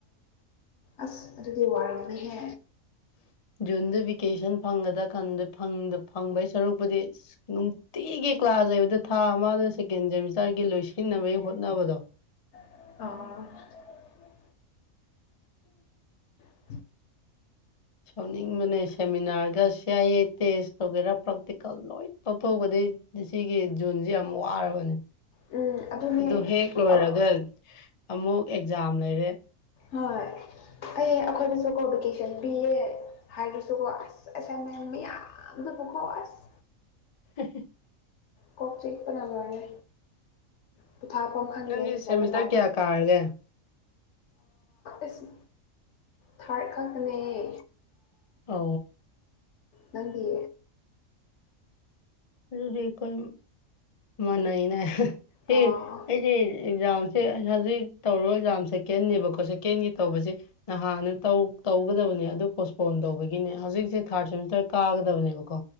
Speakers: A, on the left; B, on the left.
A: ꯑꯁ ꯑꯗꯨꯗꯤ ꯋꯥꯔꯤꯅꯤꯍꯦ
B: ꯖꯨꯟꯗ ꯚꯦꯀꯦꯁꯟ ꯐꯪꯒꯗ꯭ꯔꯥ ꯀꯥꯟꯗ ꯐꯪꯕꯒꯤ ꯁꯔꯨꯛꯄꯨꯗꯤ ꯅꯨꯡꯇꯤꯒꯤ ꯀ꯭ꯂꯥꯁ ꯊꯥꯖꯩꯕꯗ ꯊꯥ ꯑꯃꯗ ꯁꯦꯀꯦꯟ ꯁꯦꯃꯤꯁꯇꯔꯒꯤ ꯂꯣꯏꯁꯤꯟꯅꯕꯒꯤ ꯍꯣꯠꯅꯕꯗꯣ
A: ꯑ ꯎꯝ
B: ꯁꯥꯎꯅꯤꯡꯕꯅꯦ ꯁꯦꯃꯤꯅꯥꯔꯒ ꯁꯤ ꯑꯥꯏ ꯑꯦ ꯇꯦꯁ ꯇꯧꯒꯦꯔꯥ ꯄ꯭ꯔꯥꯛꯇꯤꯀꯦꯜ ꯂꯣꯏ ꯇꯧꯊꯣꯛꯧꯕꯗꯒꯤ ꯁꯤꯒꯤ ꯖꯨꯣꯟꯁꯤꯦ ꯌꯥꯝ ꯋꯥꯔꯕꯅꯦ
A: ꯎꯝ ꯑꯗꯨꯅꯦ
B: ꯑꯗꯨ ꯍꯦꯛ ꯂꯣꯏꯔꯒ
A: ꯑꯧ
B: ꯑꯃꯨꯛ ꯑꯦꯛꯖꯥꯝ ꯂꯩꯔꯦ
A: ꯍꯣꯏ ꯑꯩ ꯑꯩꯈꯣꯏꯅꯁꯨ ꯀꯣ ꯚꯦꯀꯦꯁꯟ ꯄꯤꯌꯦ ꯍꯥꯏꯔꯁꯨꯀꯣ ꯑꯁ ꯑꯁꯥꯏ ꯃ ꯃꯤꯌꯥꯝꯗ ꯑꯃꯨꯀꯣ ꯑꯁ
B: ꯎ
A: ꯀꯣꯛ ꯆꯤꯛꯄꯅꯉꯔꯦ ꯄꯣꯊꯥꯐꯝꯐꯝ ꯈꯪꯗꯦ
B: ꯅꯪꯒꯤ
A: ꯍꯥꯏꯕ
B: ꯁꯦꯃꯤꯁꯇꯔ
A: ꯇꯥꯔꯦ
B: ꯀꯌꯥ ꯀꯥꯔꯒꯦ
A: ꯏꯁ ꯊꯥꯔ ꯈꯛꯇꯅꯦꯌꯦ
B: ꯑ
A: ꯅꯪꯗꯤ
B: ꯑꯗꯨꯗꯤ ꯀꯣꯏ ꯃꯅꯏꯅꯦ ꯍ
A: ꯑꯣ
B: ꯑꯩꯗꯤꯦ ꯑꯦꯛꯖꯥꯝꯁꯦ ꯍꯧꯖꯤꯛ ꯇꯧꯔꯣ ꯑꯦꯛꯖꯥꯝ ꯁꯦꯀꯦꯟꯟꯅꯕꯀꯣ ꯁꯦꯀꯦꯟꯒꯤ ꯇꯧꯕꯁꯦ ꯅꯍꯥꯟꯅ ꯇꯧ ꯇꯧꯒꯗꯕꯅꯦ ꯑꯗꯨ ꯄꯣꯁꯄꯣꯟ ꯇꯧꯕꯒꯤꯅꯦ ꯍꯧꯖꯤꯛꯁꯦ ꯊꯥꯔꯠ ꯁꯦꯃꯤꯁꯇꯔ ꯀꯥꯒꯗꯕꯅꯦꯕꯀꯣ